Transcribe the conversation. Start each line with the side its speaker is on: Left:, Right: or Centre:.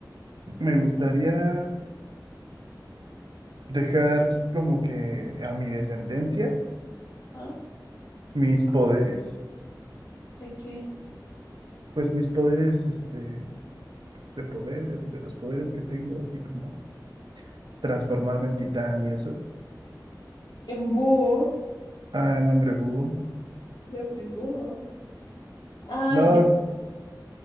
Right: Me gustaría... dejar como que a mi descendencia
Left: ¿Ah?
Right: mis poderes,
Left: ¿De qué?
Right: pues mis poderes este, de poder, de los poderes que tengo, así como transformarme en titán y eso.
Left: En búho.
Right: Ah, nombre Hugo.
Left: De de búho. Ay,
Right: No,
Left: ya,